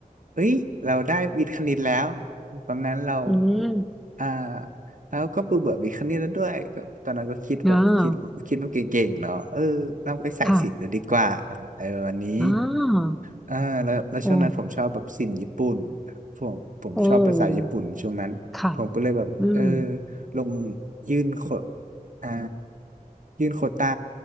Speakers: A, on the right; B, in the centre.
A: เอ้ย เราได้วิทย์คณิตแล้วตอนนั้นเรา
B: อืม
A: อ่าแล้วก็เบื่อเบื่อวิทย์คณิตแล้วด้วยก็ตอนนั้นก็คิดแบบคิดคิดว่าเก่งๆเนาะเออลองไปสายศิลป์ดูดีกว่าอะไรประมาณนี้
B: อ่าค่ะอ่า
A: เออแล้วแล้วช่วงนั้นผมชอบแบบศิลป์ญี่ปุ่น
B: โอ้
A: ผมผมชอบภาษาญี่ปุ่นช่วงนั้นผมก็เลยแบบเออ
B: โอ้ค่ะอืม
A: ลงยื่นโคอ่ายื่นโควต้า